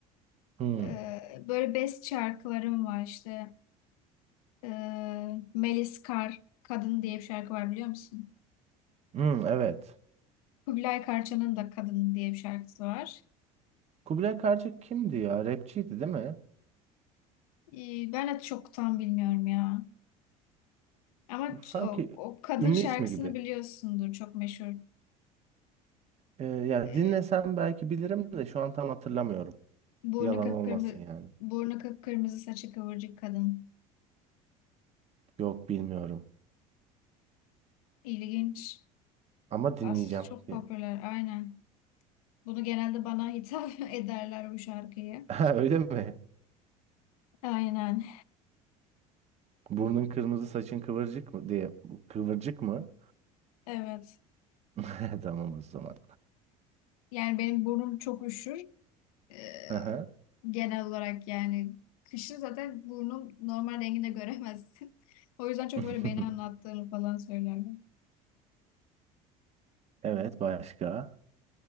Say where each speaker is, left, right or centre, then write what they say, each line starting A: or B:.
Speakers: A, on the right (about 35°); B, on the left (about 90°).
A: Hı.
B: Ee, böyle best şarkılarım var işte. Ee, Melis Kar Kadın diye bir şarkı var biliyor musun?
A: Hı, evet.
B: Kubilay Karça'nın da Kadın diye bir şarkısı var.
A: Kubilay Karcık kimdi ya? Rapçiydi değil mi?
B: Ee, ben de çok tam bilmiyorum ya. Ama ç-
A: Bu Sanki
B: o, o kadın
A: ünlü
B: şarkısını
A: ismi gibi.
B: biliyorsundur. Çok meşhur.
A: Ee, yani
B: Ee,
A: dinlesem belki bilirim de şu an tam hatırlamıyorum.
B: burnu
A: Yalan
B: kıpkırmızı,
A: olmasın yani.
B: burnu kıpkırmızı saçı kıvırcık kadın.
A: Yok bilmiyorum.
B: İlginç.
A: Ama dinleyeceğim
B: Bas, çok
A: ki.
B: popüler.
A: <laughs>
B: Aynen. Bunu genelde bana hitap <laughs> ederler bu şarkıyı.
A: Ha, Öyle mi?
B: Aynen.
A: Burnun kırmızı, saçın kıvırcık mı diye. Kıvırcık mı?
B: Evet.
A: <laughs> Tamam o zaman.
B: Yani benim burnum çok üşür. Ee,
A: Aha.
B: genel olarak yani kışın zaten burnun normal renginde göremezsin. <laughs> O yüzden çok
A: <laughs>
B: böyle beni anlattığını falan söylerler.
A: Evet başka.